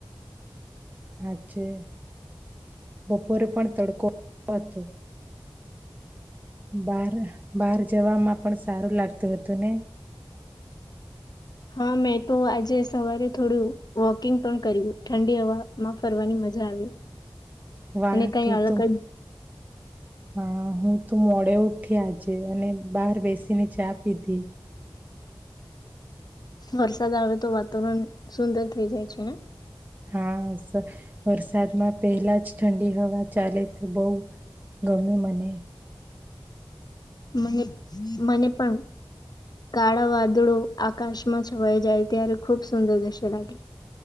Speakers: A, on the right (about 20°); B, on the left (about 50°).
A: હા છે બપોરે પણ તડકો હતો બાર બહાર જવામાં પણ સારું લાગતું હતું ને
B: હા મેં તો આજે સવારે થોડું વોકિંગ પણ કર્યું ઠંડી હવાવામાં ફરવાની મજા આવી
A: વાહતું
B: અને કઈ અલગ
A: તો હા હું તો મોડે ઉઠી આજે અને બહાર બેસીને ચા પીધી
B: વરસાદ આવે તો વાતાવરણ સુંદર થઈ જાય છે ને
A: હા સર વરસાદમાં પહેલા જ ઠંડી હવા ચાલે તે બહુ ગમે મને
B: મને મને પણ કાળા વાદળો આકાશમાં છવાઈ જાય ત્યારે ખૂબ સુંદર દશે લાગે